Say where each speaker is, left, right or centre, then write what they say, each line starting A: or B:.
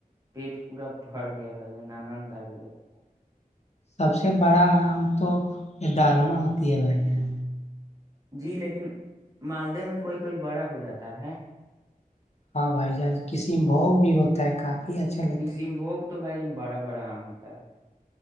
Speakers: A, on the right; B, on the left.
A: پیٹ پورا بھر گیا بھائی جان آنند آ ج گیاھ
B: سب سے بڑا آم تو یہ دالما ہوتی ہے بھائی جان
A: جی لیکن مالدی میں کوئی کوئی بڑا ہو جاتا ہے
B: ہاں بھائی جان کسی میں بھوگ بھی ہوتا ہے کافی یہی اچھا لگتا
A: کسیم
B: ہے
A: بھوگ تو بھائی جان بڑا بڑا آم ہوتا ہے